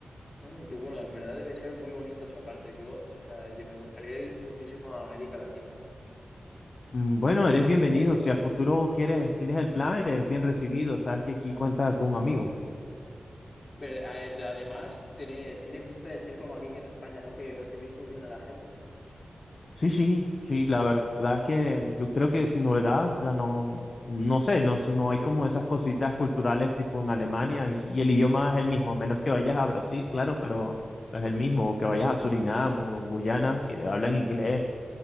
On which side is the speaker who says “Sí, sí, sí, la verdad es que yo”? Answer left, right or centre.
Left